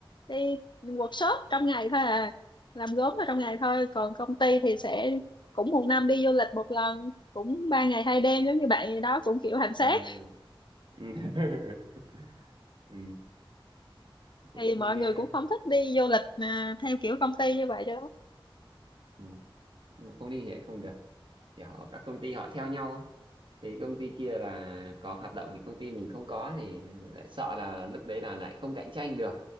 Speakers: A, on the left; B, on the right.
A: đi workshop trong ngày thôi à làm gốm ở trong ngày thôi còn công ty thì sẽ cũng một năm đi du lịch một lần cũng ba ngày hai đêm giống như bạn gì đó cũng kiểu
B: <laughs>
A: hành xác
B: Ừ. Ừ. <laughs> ừ, cũng
A: thì
B: vui
A: mọi
B: ghê
A: người
B: ha
A: cũng không thích đi du lịch à, theo kiểu công ty như vậy cho lắm
B: ừ. nhưng mà không đi thì lại không được kiểu họ- các công ty họ theo nhau á. thì công ty kia là có hoạt động thì công ty mình không có thì lại sợ là lúc đấy là lại không cạnh tranh được